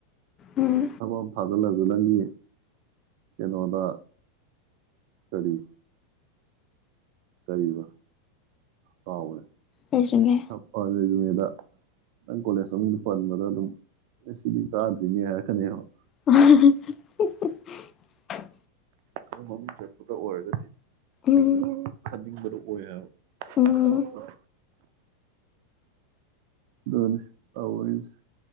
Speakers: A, on the left; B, on the right.
A: ꯎꯝ
B: ꯊꯕꯛ ꯑꯃ ꯊꯥꯗꯏꯛꯂ ꯗꯨ ꯅꯪꯗꯤ ꯀꯩꯅꫭꯗ ꯀꯔꯤ ꯀꯔꯤꯕ ꯀꯥꯎꯒ꯭ꯔꯦ꯫
A: ꯑꯩꯁꯨꯅꯦ
B: <unintelligible> <inaudible> ꯅꯪ ꯀꯣꯂꯦꯖ ꯃꯃꯤꯡ ꯄꯟꯕꯗ ꯑꯗꯨꯝ ꯑꯦ ꯁꯤꯗꯤ ꯇꯥꯗ꯭ꯔꯤꯅꯦ ꯍꯥꯏꯔꯛꯀꯅꯤꯌꯦꯕ꯫
A: <unintelligible>
B: ꯈ ꯃꯃꯤꯡ ꯆꯠꯄꯗ ꯑꯣꯏꯔꯒꯗꯤ
A: ꯎꯝ
B: ꯃꫭꯏꯅ ꯈꯟꯅꯤꯡꯕ ꯗꫭ ꯑꫭꯏ ꯍꯥꯏꯕ
A: ꯎꯝ
B: ꯑꯣ ꯑꯗꯨꯅꯤ ꯇꯧꯔꯤꯁꯤ